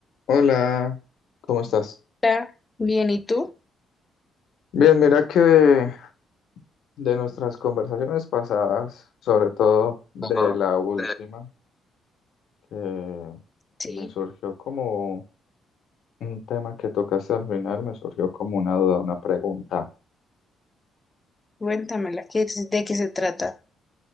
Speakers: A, on the left; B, on the left.
A: Hola, ¿Cómo estás?
B: Hola, bien, ¿y tú?
A: bien, mira que de nuestras conversaciones pasadas, sobre todo de
B: Ajá.
A: la última,
B: Eh,
A: que
B: Sí.
A: me surgió como un tema que tocaste al final, me surgió como una duda, una pregunta.
B: Cuéntamela, ¿qué es- ¿de qué se trata?